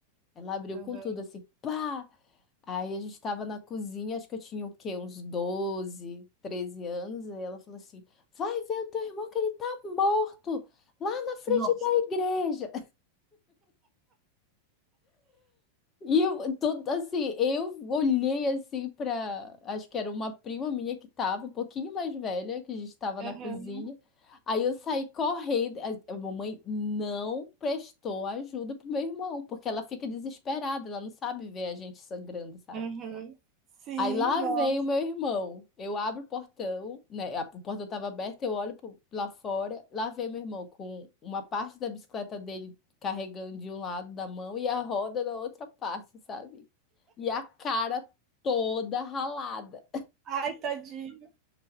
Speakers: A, on the left; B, on the right.
A: Ela abriu
B: Aham.
A: com tudo, assim, pá! Aí a gente tava na cozinha, acho que eu tinha o quê? Uns 12 13 anos. Aí ela falou assim: vai ver o teu irmão que ele tá morto lá na frente
B: Nossa.
A: da igreja. E eu, todo, assim, eu olhei assim pra. Acho que era uma prima minha que tava, um pouquinho mais velha, que a gente tava
B: Aham,
A: na cozinha. Aí eu saí correndo. A a mamãe não prestou ajuda pro meu irmão, porque ela fica desesperada, ela não sabe ver a gente sangrando, sabe?
B: aham. Sim,
A: Aí lá
B: não
A: vem o meu irmão. Eu abro o portão, né? a- O portão tava aberto, eu olho pro- lá fora. Lá vem meu irmão com uma parte da bicicleta dele carregando de um lado da mão e a roda na outra parte, sabe? E a cara toda ralada.
B: ai tadinho.